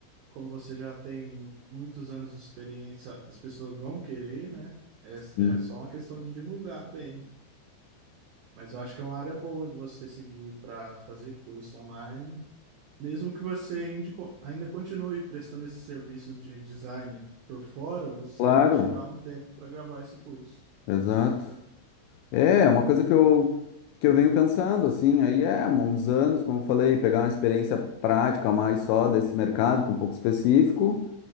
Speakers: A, on the right (about 80°); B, on the left (about 85°).
A: Como você já tem muitos anos de experiência, as pessoas vão querer, né? É,
B: Sim.
A: é só uma questão de divulgar bem. Mas eu acho que é uma área boa de você seguir para fazer curso online, mesmo que você ainda co- ainda continue prestando esses serviços de design por fora, você
B: Claro,
A: tirar um tempo para gravar esse curso.
B: exato. É, é uma coisa que eu, que eu venho pensando, assim, aí é, uns anos, como eu falei, pegar uma experiência prática mais só desse mercado, que é um pouco específico